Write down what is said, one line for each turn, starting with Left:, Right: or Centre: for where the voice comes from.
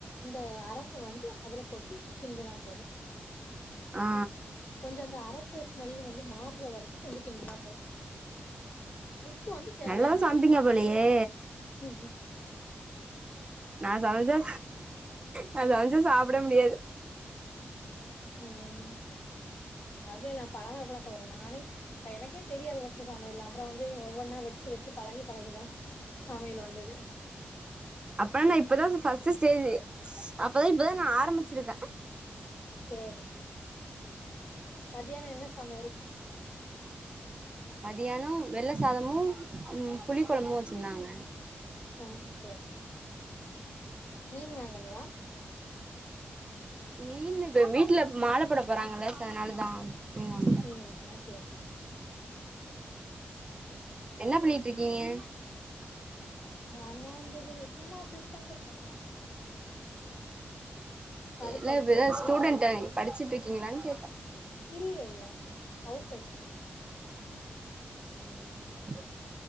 Left: இந்த அரப்ப வந்து அதுல கொட்டி கிண்டுனா போது
Right: ஆ
Left: கொஞ்சொ அந்த அரப் பு ஸ்மெல் வந்து மார்ற வரைக்கு கொஞ்சொ கிண்டுனா போது உப்பு வந்து தேவயான
Right: நல்லாதா
Left: அளவு
Right: சமைப்பீங்க
Left: போடனு
Right: போலயே நா சமச்சா நா சமச்சா சாப்ட முடியாது
Left: ம் அதேலா <unintelligible> போற நானே எனக்கே தெரியாது ஃபர்ஸ்சு சமையல்லா அப்புறம் வந்து ஒவ்வொன்னா வெச்சு வெச்சு பழகி பழகிதா சமையல் வந்தது
Right: அப்ப நா இப்பதா ஃபர்ஸ்ட்டு ஸ்டேஜீ அப்பதா இப்பதா நா ஆரம்பிச்சிருக்கே
Left: சேரி மத்யான என்ன சமையல்
Right: மதியானோ வெள்ள சாதமும் ம் புளி குழம்பும் வச்சிருந்தாங்க
Left: ஓம் சேர் சேர் மீன் வாங்களியா
Right: மீனு வீட்டுல மாலப்போட போறாங்கல ச அதனாலதா மீன் வாங்கல
Left: மீன் வாங்கள சேர் சேர்
Right: என்ன பண்ணிட்டு இருக்கீங்க
Left: ஆ நான் வந்து இது சும்மா அப்டி உக்காந்துருக்கே பருப்பு
Right: இல்ல
Left: அடுப்புல
Right: இப்பதா
Left: இருக்கு
Right: ஸ்டூடண்ட்டா படிச்சுட்டு இருக்கீங்களான்னு கேட்ட
Left: இல்ல இல்ல ஹவுஸ் ஒய்ஃப்தா
Right: ம் சேர்